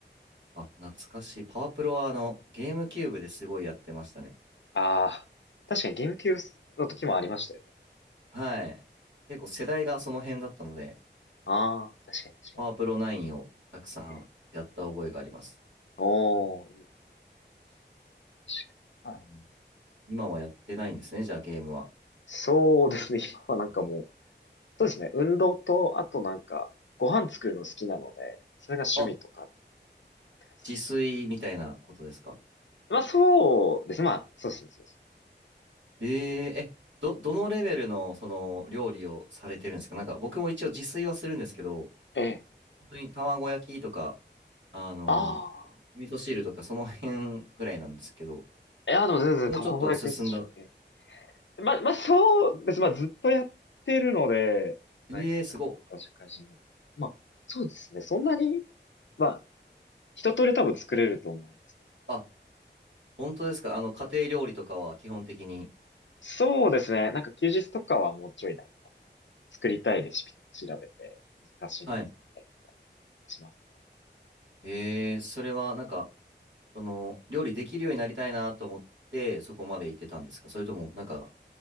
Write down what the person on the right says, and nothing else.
あ、懐かしい。パワープロはあの、ゲームキューブですごいやってましたね。
はい。結構世代がその辺だったので、
パワープロ9をたくさんやった覚えがあります。
うん
今はやってないんですね、じゃあゲームは。
あんまり
あ、
自炊みたいなことですか
えええ、ど、どのレベルのその料理をされてるんですかなんか僕も一応自炊はするんですけど、
本当に卵焼きとか、あの、
味噌汁とかその辺ぐらいなんですけど、
もうちょっと進んだ。
ええすごっ。
あ、本当ですかあの、家庭料理とかは基本的に。
はい。
ええそれはなんか、その、料理できるようになりたいなと思って、そこまでいけたんですかそれとも、なんか、